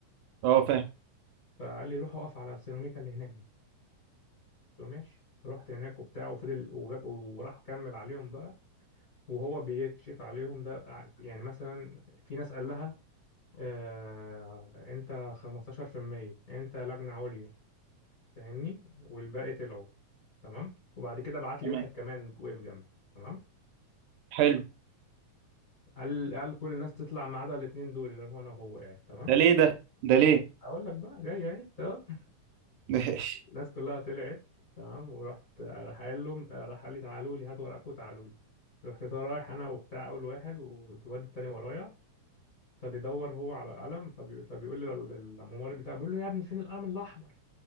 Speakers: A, on the right (about 80°); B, on the left (about 25°).
A: اه فاهم
B: فقال لي روح اقف على السيراميكا اللي هناك دي قلت له ماشي رحت هناك وبتاع وفضل وغ- وراح كمل عليهم بقى وهو بيكشف عليهم ده ع- يعني مثلا في ناس قال لها آه انت 15% انت لجنه عليا فاهمني والباقي طلعوا تمام وبعد كده بعت
A: تمام
B: لي واحد كمان وقف جنبي تمام
A: حلو
B: قال قال كل الناس تطلع ما عدا الاتنين دول اللي هو انا وهو يعني تمام
A: ده ليه ده ده ليه
B: اقول لك بقى جاي اهي تمام
A: <laughs> ماشي
B: الناس كلها طلعت تمام ورحت راح قال لهم راح قال لي تعالوا لي هاتوا ورقكم تعالوا لي رحت طالع رايح انا وبتاع اول واحد والواد التاني ورايا فبيدور هو على القلم فبي... فبيقول لي الممرض بتاعه بيقول له يا ابني فين القلم الاحمر